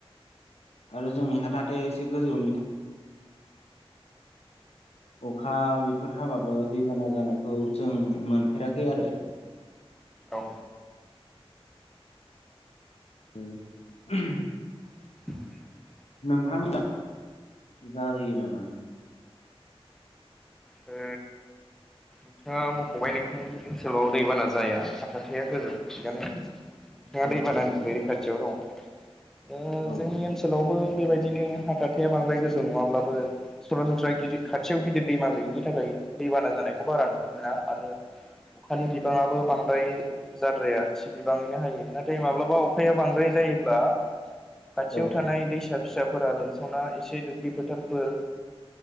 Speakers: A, on the left; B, in the centre.
A: आरो जोंनि हा थाहाथे एसे गोजौनि अखा बेफोर हाबाबो दैबाना जानायखौ जों मोनफेराखै आरो। <inaudible>
B: औ
A: ओं <unintelligible>
B: <inaudible>
A: नोंथांमोना जायो नामा?
B: ओ नोंथाङा मख'बाय नोंथांनि ओनसोलाव दैबाना जाया हाथाथेया गोजौ थिगानो नोंथाङा
A: औ
B: दैबानानिफ्राय
A: औ
B: रैखाथियाव दं ओ
A: औ
B: जोंनि ओनस सोलावबो बेबायदिनो हाथाथेया बांद्राय गोजौ नङाब्लाबो सरासनस्रा गिद खाथियाव गिदिर दैमा गैयिनि नि थाखाय दैबाना जानायखौ बारा नुनो मोना आरो अखानि बिबाङाबो बांद्राय जाद्राया थि बिबाङैनो हायो नाथाय माब्लाबा अखाया बांद्राय जायोब्ला खाथियाव
A: औ
B: थानाय दैसा फिसाफोरा लोमसावना एसे दुब्लि फोथारफोर